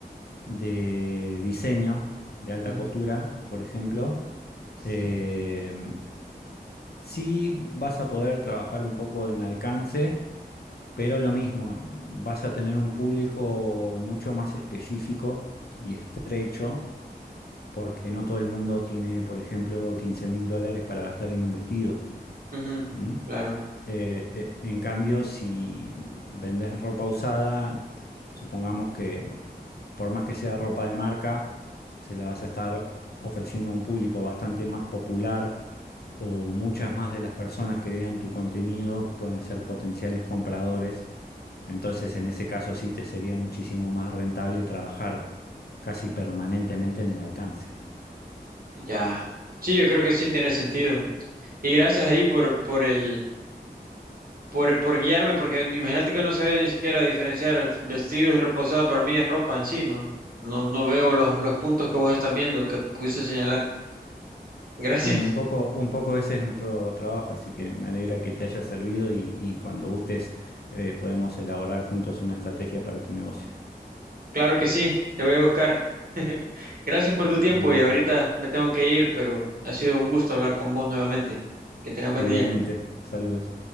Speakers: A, on the left; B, on the right.
A: de diseño, de alta
B: ujú,
A: costura, por ejemplo, eh,
B: ujú,
A: sí vas a poder trabajar un poco en alcance, pero lo mismo, vas a tener un público mucho más específico y estrecho porque no todo el mundo tiene, por ejemplo, quince mil dólares para gastar en un vestido.
B: ujú,
A: ¿m?
B: Claro,
A: Eh, eh, en cambio, si vendes ropa usada, supongamos que por más que sea ropa de marca, se la vas a estar ofreciendo a un público bastante más popular o muchas más de las personas que vean tu contenido pueden ser potenciales compradores. Entonces, en ese caso sí te sería muchísimo más rentable trabajar casi permanentemente en el alcance.
B: ya. Sí, yo creo que sí tiene sentido. Y gracias ahí por, por el... por, por guiarme, porque imagínate que no sabía ni siquiera diferenciar vestidos y reposado para mí es ropa en sí, ¿no? No, no veo los, los puntos que vos estás viendo que pudiste señalar. Gracias.
A: Bueno, un poco,
B: <laughs>
A: un poco ese es nuestro trabajo, así que me alegra que te haya servido y, y cuando gustes eh, podemos elaborar juntos una estrategia para tu negocio.
B: Claro que sí, te voy a buscar. <laughs> Gracias por tu tiempo
A: Como no,
B: y ahorita me tengo que ir, pero ha sido un gusto hablar con vos nuevamente. Que tengas buen
A: igualmente,
B: día.
A: saludos.